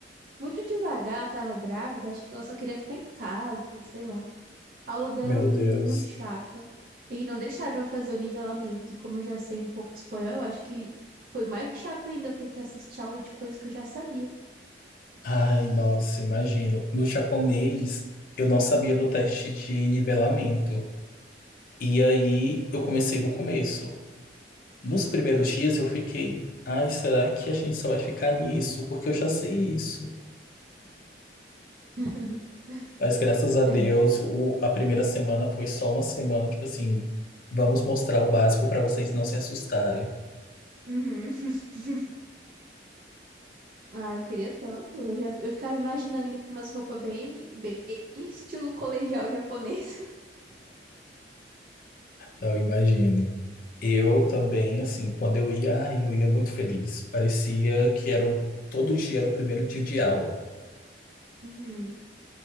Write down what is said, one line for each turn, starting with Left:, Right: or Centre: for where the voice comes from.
Right: muito devagar, ela tava grávida, acho que ela só queria ficar em casa, sei lá. A aula dela
Left: Meu
Right: é muito
Left: Deus.
Right: chata. E não deixaram eu fazer o nivelamento. E como eu já sei um pouco de espanhol, eu acho que foi mais chato ainda eu ter que assistir aula de coisas que eu já sabia.
Left: Ai, nossa, imagino. No japonês, eu não sabia do teste de nivelamento. E aí eu comecei do começo. Nos primeiros dias eu fiquei, ai, será que a gente só vai ficar nisso? Porque eu já sei isso.
Right: <laughs>
Left: Mas graças a Deus,
Right: É, entendi.
Left: o- a primeira semana foi só uma semana, tipo assim, vamos mostrar o básico para vocês não se assustarem.
Right: Uhum. <laughs> Ah, eu queria tanto. Eu já eu ficava imaginando indo com umas roupas bem, bem estilo colegial japonês. <laughs>
Left: Eu imagino. Eu também, assim, quando eu ia, ai, eu ia muito feliz. Parecia que era o- todo dia era o primeiro dia de aula.
Right: Uhum.